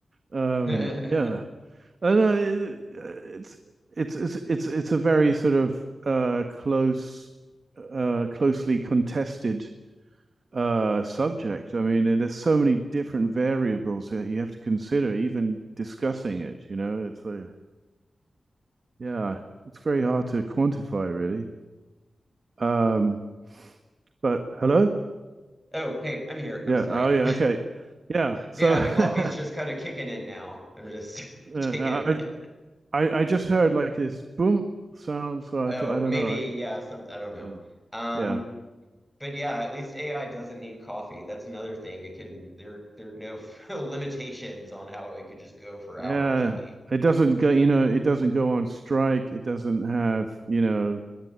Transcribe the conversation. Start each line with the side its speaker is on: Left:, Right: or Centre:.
Right: Um,
Centre: <laughs>
Right: yeah. And uh, it, it's, it's, it's, it's, it's a very sort of, uh, close, uh, closely contested, uh, subject. I mean, and there's so many different variables that you have to consider, even discussing it, you know, it's a, yeah, it's very hard to quantify really. Um, but hello?
Centre: Oh, hey, I'm here. I'm
Right: Yeah.
Centre: sorry.
Right: Oh, yeah.
Centre: <laughs>
Right: Okay. Yeah. So
Centre: Yeah,
Right: <laughs> uh,
Centre: the coffee's just kind of kicking in now. I'm just <laughs>
Right: I,
Centre: taking it in.
Right: I I just heard like this boom sound, so I
Centre: Oh,
Right: thought I don't
Centre: maybe,
Right: know. I,
Centre: yeah, some, I don't know.
Right: yeah.
Centre: Um,
Right: Yeah.
Centre: but yeah, at least AI doesn't need coffee. That's another thing. It can, there, there are no <laughs> limitations on how it could just go for hours
Right: Yeah.
Centre: at least.
Right: It doesn't go. You know, it doesn't go on strike. It doesn't have. You know,